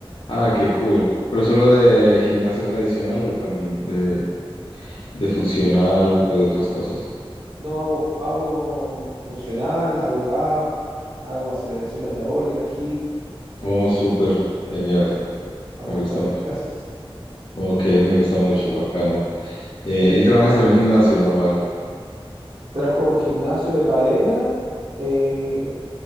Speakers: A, on the left; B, on the right.
A: Ah, qué cool. ¿Pero solo de gimnasio tradicional o también de, de funcional o de otras cosas?
B: No hago, fu- hago mm, funcional, hago gap, hago aceleración metabólica, HIIT,
A: Oh, súper, genial.
B: sí, hago
A: Me
B: bastantes
A: gusta mucho.
B: clases.
A: Ok, me gusta mucho, bacano. Eh,
B: Sí,
A: ¿y trabajas en un gimnasio normal?
B: trabajo en un gimnasio de cadena eh,